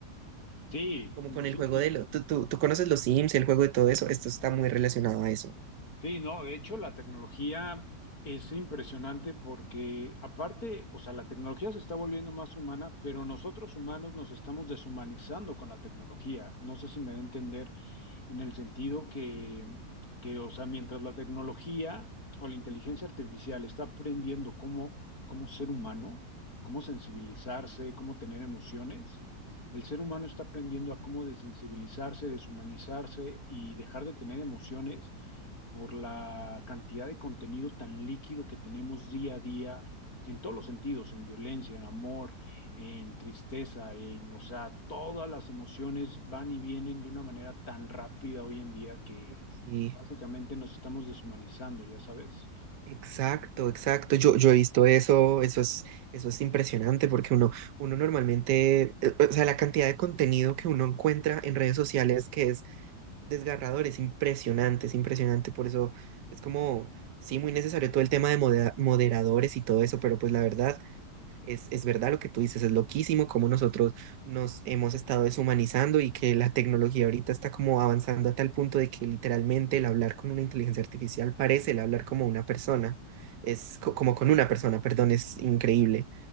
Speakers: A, on the left (about 55°); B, on the right (about 75°).
A: Sí,
B: Como con
A: sí,
B: el juego de lo, tú, tú, tú conoces los Sims, el juego de todo eso, esto está muy relacionado a eso.
A: Sí, no, de hecho la tecnología es impresionante porque aparte, o sea, la tecnología se está volviendo más humana, pero nosotros humanos nos estamos deshumanizando con la tecnología. No sé si me da a entender en el sentido que, que, o sea, mientras la tecnología o la inteligencia artificial está aprendiendo cómo, cómo ser humano, cómo sensibilizarse, cómo tener emociones, el ser humano está aprendiendo a cómo desensibilizarse, deshumanizarse y dejar de tener emociones por la cantidad de contenido tan líquido que tenemos día a día en todos los sentidos, en violencia, en amor, en tristeza, en, o sea, todas las emociones van y vienen de una manera tan rápida hoy en día que
B: Uy, Sí,
A: básicamente nos estamos deshumanizando, ya sabes.
B: Exacto, exacto. Yo, yo he visto eso, eso es, eso es impresionante porque uno, uno normalmente, eh, o sea, la cantidad de contenido que uno encuentra en redes sociales que es desgarrador, es impresionante, es impresionante. Por eso es como, sí, muy necesario todo el tema de moda- moderadores y todo eso, pero pues la verdad, Es, es verdad lo que tú dices, es loquísimo cómo nosotros nos hemos estado deshumanizando y que la tecnología ahorita está como avanzando a tal punto de que literalmente el hablar con una inteligencia artificial parece el hablar como una persona, es co- como con una persona, perdón, es increíble.